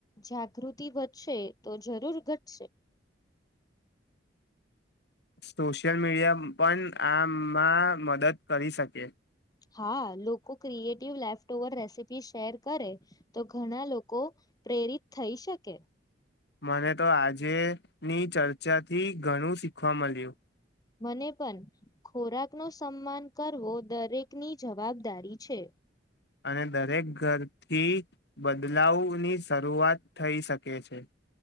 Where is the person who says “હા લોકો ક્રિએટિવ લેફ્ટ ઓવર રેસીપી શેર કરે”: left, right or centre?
Left